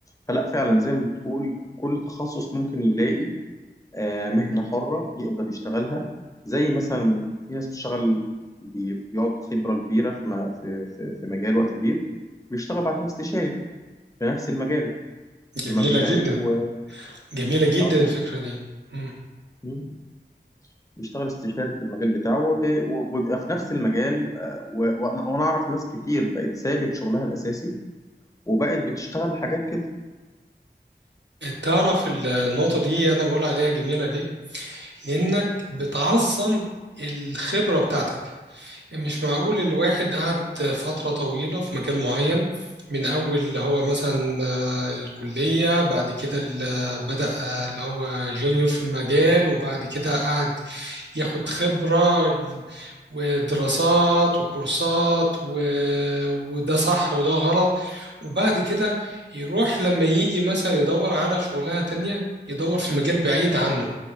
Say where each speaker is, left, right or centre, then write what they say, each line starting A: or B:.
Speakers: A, on the left (about 20°); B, on the right (about 80°).
A: فلا فعلا زي ما بتقول كل تخصص ممكن يلاقي آه، مهنة حرة يقدر يشتغلها زي مثلا في ناس بتشتغل بي- بيقعد خبرة كبيرة في م- في في- في مجال وقت كبير بيشتغل بعد كده استشاري في نفس المجال
B: جميله
A: لما بيتعرف
B: جدا
A: و
B: جميله جدا
A: اه
B: الفكره دي مم.
A: مم. بيشتغل استشاري في المجال بتاعه وب- و- وبيبقى في نفس المجال آه، و- وأنا وأنا أعرف ناس كتير بقت سابت شغلها الأساسي وبقت بتشتغل حاجات كده
B: تعرف ال- النقطه دي انا بقول عليها جميله ليه لانك بتعظم الخبره بتاعتك مش معقول الواحد قعد فترة طويلة في مجال معين من أول اللي هو مثلا آه، الكلية بعد كده ال- آه، بدأ آه، اللي هو جونيور في المجال وبعد كده قعد ياخد خبرة ال- ودراسات وكورسات و... وده صح وده غلط وبعد كده يروح لما يجي مثلا يدور على شغلانة تانية يدور في مجال بعيد عنه